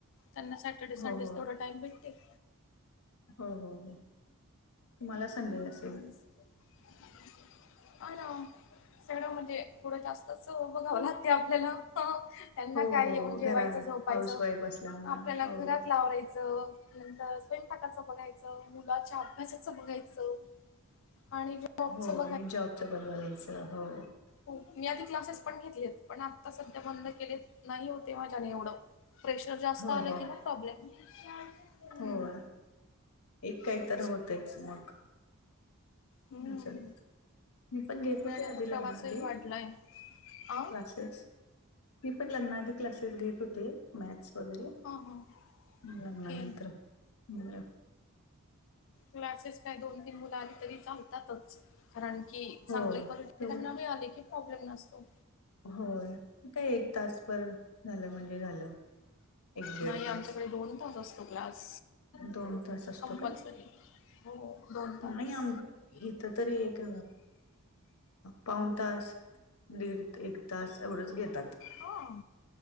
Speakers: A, on the left; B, on the left.
A: त्यांना सॅंटरडे
B: हो
A: संडे
B: हो
A: तेवढा टाईम भेटते.
B: हो हो हो. तुम्हाला संडे
A: भेटते
B: असेल?
A: <inaudible> सगळं म्हणजे थोडं जास्तच बघावं लागते आपल्याला. <unintelligible> त्यांना
B: हो
A: काय
B: हो
A: येऊन
B: घरा
A: जेवायचं, झोपायचं.
B: हाऊस वाईफ असल्यामुळं
A: आपल्याला
B: हो
A: घरातल आवरायचं नंतर स्वयंपाकाचं बघायचं, मुलाच्या अभ्यासाचं बघायचं आणि जॉबचं
B: हो आणि जॉबच पण बघायचं हो.
A: हो मी आधी क्लासेस पण घेतलेत, पण आता सध्या बंद केलेत नाही होतं आहे माझ्याने एवढं. प्रेशर जास्त
B: हो
A: आलं
B: हो
A: की मग प्रॉब्लेम. हम्म.
B: हो एक काय
A: तेच
B: तर होतयच मग.
A: हम्म
B: मी पण घेत
A: नाही
B: होते
A: आणि आता
B: आधी लग्न
A: प्रवासही
B: आधी.
A: वाढलाय अ हा
B: क्लासेस मी पण लग्नाआधी क्लासेस घेत होते. मॅथ्स वगैरे,
A: हा
B: मग लग्नानंतर
A: ओके
B: मुलं
A: क्लासेस काय दोन तीन मुलं आली तरी चालतातच. कारण की चांगली
B: हो
A: कॉलिटी
B: तेवढं
A: त्यांना मिळाली की प्रॉब्लेम नसतो.
B: होय. मग काय एक तासभर झालं म्हणजे झालं. एक दीड
A: नाही
B: तास.
A: आमच्याकडे दोन तास असतो क्लास
B: दोन तास असतो
A: कंपल्सरी
B: काय
A: हो. दोन तास.
B: नाही आम इथंतरी एक पाऊन तास दीड एक तास एवढंच घेतात.
A: हो.